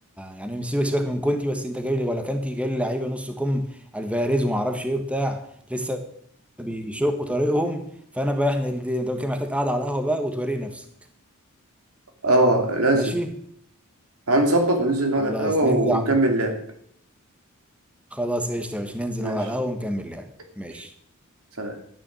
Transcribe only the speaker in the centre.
يعني سيبك سيبك من كونتي بس انت جايب لي ولا كانتي جايب لي لعيبه نص كم الفاريز وما اعرفش ايه وبتاع لسه بيشقوا طريقهم فانا بقى احنا دي- ده كان محتاج قاعده على القهوه بقى وتوري نفسك
ماشي
خلاص
ننزل على
خلاص قشطه يا باشا ننزل
نقعد على القهوه ونكمل لعب ماشي